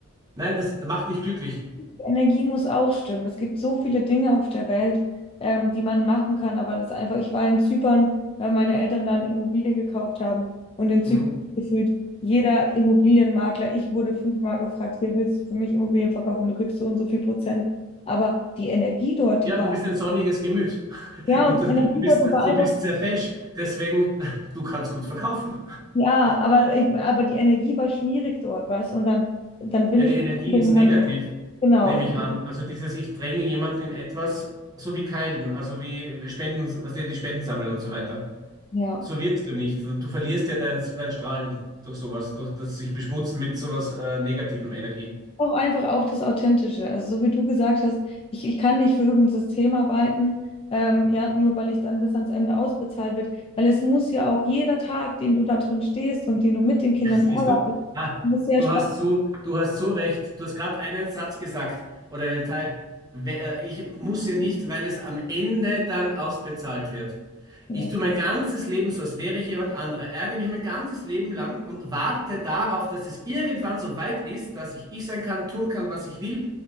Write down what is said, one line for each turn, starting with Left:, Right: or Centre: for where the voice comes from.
Right: Nein, das macht nicht glücklich.
Left: die Energie muss auch stimmen. Es gibt so viele Dinge auf der Welt, ähm, die man machen kann, aber das ist einfach, ich war in Zypern, weil meine Eltern da eine Immobilie gekauft haben und in Zypern
Right: Mhm.
Left: gefühlt jeder Immobilienmakler, ich wurde fünfmal gefragt, hier willst du für mich Immobilien verkaufen, du kriegst so und so viel Prozent. Aber die Energie dort, die
Right: Ja,
Left: war,
Right: du bist ein sonniges Gemüt
Left: ja,
Right: <laughs> und
Left: und die
Right: du
Left: Energie
Right: bist,
Left: dort, die
Right: du
Left: war einfach,
Right: bist sehr fesch. Deswegen, du kannst gut verkaufen.
Left: Ja, aber, ich, aber die Energie war schmierig dort, weißt du? Und dann, dann will
Right: Ja,
Left: ich
Right: die Energie
Left: den
Right: ist
Left: Land,
Right: negativ,
Left: genau,
Right: nehme
Left: ich,
Right: ich an. Also dieses, ich dränge jemanden in etwas, so wie Keilen, also wie Spenden, was die Spenden sammeln und so weiter.
Left: ja.
Right: So wirkst du nicht. Du du verlierst ja dein, dein Strahlen durch sowas, durch das sich beschmutzen mit sowas äh, negativem Energie.
Left: Auch einfach auch das Authentische. Also so wie du gesagt hast, ich, ich kann nicht für irgendein System arbeiten, ähm, ja, nur weil ich dann bis ans Ende ausbezahlt wird. Weil es muss ja auch jeder Tag, den du da drin stehst und den du mit den Kindern
Right: <laughs> Siehst
Left: arbeitest,
Right: du? Ah,
Left: muss sehr
Right: du
Left: Spaß
Right: hast so, du hast so recht. Du hast gerade einen Satz gesagt oder einen Teil. We- äh, Ich muss ja nicht, weil es am Ende dann ausbezahlt wird.
Left: machen.
Right: Ich tue mein ganzes Leben so, als wäre ich jemand anderer, ärgere mich mein ganzes Leben lang und warte darauf, dass es irgendwann so weit ist, dass ich ich sein kann, tun kann, was ich will.